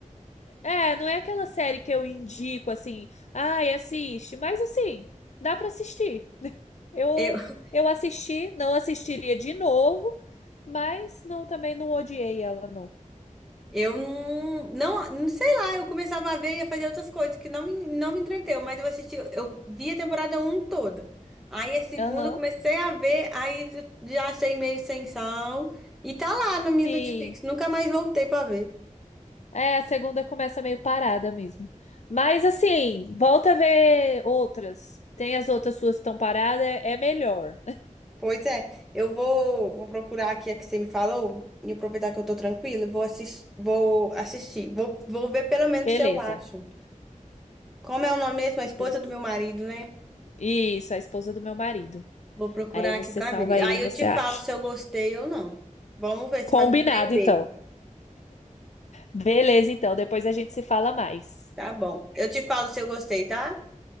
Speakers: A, on the left (about 60°); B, in the centre.
A: é, não é aquela série que eu indico assim, ai, assiste, mas assim, dá pra assistir. <laughs> Eu
B: Eu <laughs>
A: eu assisti, não assistiria de novo, mas não também não odiei ela não.
B: Eu não, não, não sei lá, eu começava a ver e ia fazer outras coisas que não me, não me entreteu, mas eu assisti, eu vi a temporada um toda. Aí a segunda
A: Aham.
B: eu comecei a ver, aí eu já achei meio sem sal e tá lá no meu
A: Sim.
B: Netflix, nunca mais voltei pra ver.
A: É, a segunda começa meio parada mesmo. Mas assim, volta a ver outras. Tem as outras suas que estão paradas, é é melhor.
B: Pois é, eu vou, vou procurar aqui a que você me falou e aproveitar que eu tô tranquila, e vou assistir, vou assistir, vou, vou ver pelo menos
A: Beleza,
B: se eu acho. Como é o nome mesmo? A esposa
A: beleza.
B: do meu marido, né?
A: Isso, a esposa do meu marido.
B: Vou procurar
A: Aí você
B: aqui pra
A: salva
B: ver.
A: aí,
B: Aí
A: você
B: eu te
A: acha.
B: falo se eu gostei ou não. Vamos ver se
A: Combinado,
B: vai me prender.
A: então. Beleza, então. Depois a gente se fala mais.
B: Tá bom. Eu te falo se eu gostei, tá?